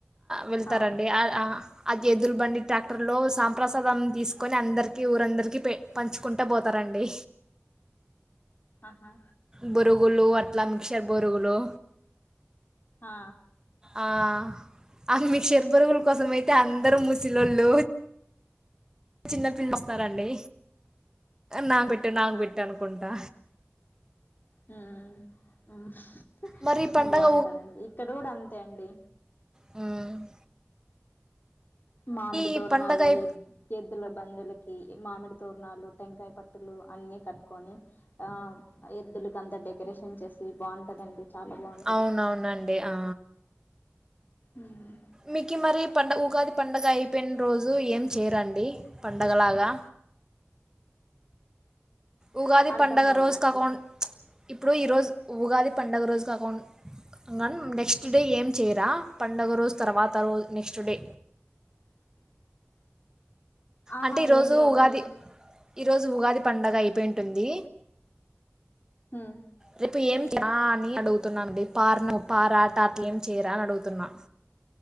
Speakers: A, on the right (about 15°); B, on the left (about 50°).
A: వెళ్తారండి
B: ఆ
A: అది ఎద్దుల బండి ట్రాక్టర్లో సాంప్రసాదం తీసుకొని అందరికీ ఊరందరికీ పె పంచుకుంటా పోతారండి
B: ఆహా
A: బురుగులు అట్లా మిక్చర్ బురుగులు
B: ఆ
A: ఆ ఆ మీక్షర్ బరుగుల కోసం అయితే అందరు ముసిలోళ్ళు చిన్న పిల్లలు వస్తారు అండి నా పెట్టి పెట్టే నాకు బట్ట అనుకుంటా
B: మ్మ్ ఆ
A: మరి ఈ పండగ
B: బాగుంటదండి ఇక్కడ కూడా అంతే అండి
A: మ్మ్
B: మామిడి
A: ఈ
B: తోరణాలు
A: పండగ అయి
B: ఎద్ ఎద్దుల బంధులకి మామిడి తోరణాలు టెంకాయ పట్ట లు అన్ని కట్టుకొని ఆ ఎద్దులక అంత డెకరేషన్ చేసి బాగుంటదండి చాలా బాగుంటది
A: అవునవునండి ఆ
B: ఉమ్
A: మీకి మరీ పండుగ ఉగాది పండుగ అయిపోయిన రోజు ఎ చేయరా అండి పండగలాగా ఉగాది
B: అర్ధం
A: పండుగ
B: కాలేదండి
A: రోజు కాకుండా ఇప్పుడు ఈరోజు ఉగాది పండగ రోజు కాకుం గన్ నెక్స్ట్ డే ఏం చేయరా పండుగ రోజు తర్వాత రోజ నెక్స్ట్ డే
B: <inaudible> ఆహా
A: అంటే ఈరోజు
B: ఏం లేదండి
A: ఉగాది ఈ రోజు ఉగాది పండగ అయిపోయి ఉంటుంది
B: ఉమ్
A: రేపు ఏం అని అడుగుతున్నాండి పార్ను పారాటా అట్ల ఏం చేరా అని అడుగుతున్నా